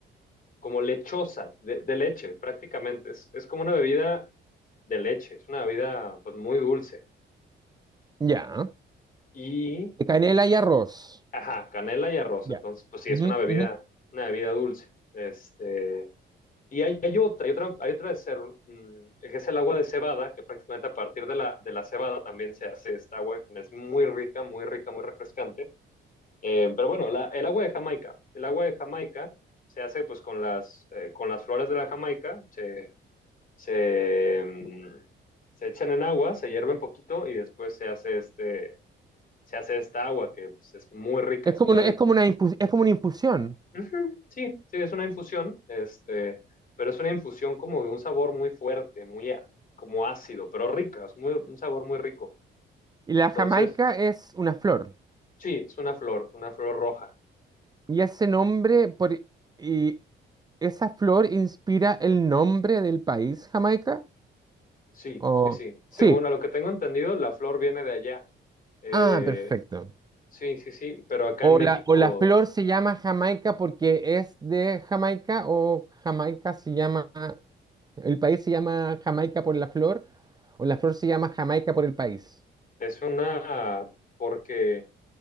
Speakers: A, on the left (about 45°); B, on the right (about 20°).
A: como lechosa, de, de leche prácticamente. Es, es como una bebida de leche, es una bebida pues muy dulce.
B: Ya.
A: Y,
B: Canela y arroz.
A: ajá, canela y arroz,
B: Ya.
A: entonces pues sí,
B: Ujú,
A: es una bebida,
B: ujú.
A: una bebida dulce. Este, y hay, hay otra, hay otra, hay otra de cer- mm, que es el agua de cebada, que prácticamente a partir de la, de la cebada también se hace esta agua, es muy rica, muy rica, muy refrescante. Eh, pero bueno, la- el agua de Jamaica. El agua de Jamaica se hace pues con las, eh, con las flores de la Jamaica, se, se, mm, se echan en agua, se hierve un poquito y después se hace este, se hace esta agua que pues, es muy rica,
B: Es
A: es
B: como
A: muy
B: una,
A: rica.
B: es como una infus- es como una infusión.
A: Ujú, Sí, sí, es una infusión, este, pero es una infusión como de un sabor muy fuerte, muy a- como ácido, pero rica, es muy, un sabor muy rico.
B: Y la
A: Entonces,
B: jamaica es una flor.
A: sí, es una flor, una flor roja.
B: Y ese nombre, por, y esa flor inspira el nombre del país, Jamaica.
A: Sí,
B: O,
A: sí, sí. Según
B: sí.
A: a lo que tengo entendido, la flor viene de allá. Eh,
B: Ah, perfecto.
A: sí, sí, sí, pero acá
B: O
A: en México
B: la, o la flor se llama Jamaica porque es de Jamaica, o Jamaica se llama, el país se llama Jamaica por la flor, o la flor se llama Jamaica por el país.
A: es una, porque